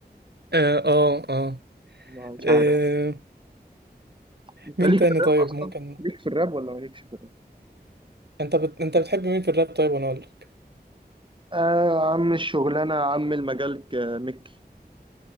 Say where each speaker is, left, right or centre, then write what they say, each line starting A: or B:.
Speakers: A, on the right; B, on the right.
A: اه اه اه
B: ما مش
A: آه،
B: عارف انت
A: مين
B: ليك
A: تاني
B: في الراب
A: طيب
B: اصلا
A: ممكن
B: ليك في الراب ولا مالكش في الراب
A: انت بت... انت بتحب مين في الراب طيب وانا اقول لك
B: آه عم الشغلانة عم المجال ك- مكي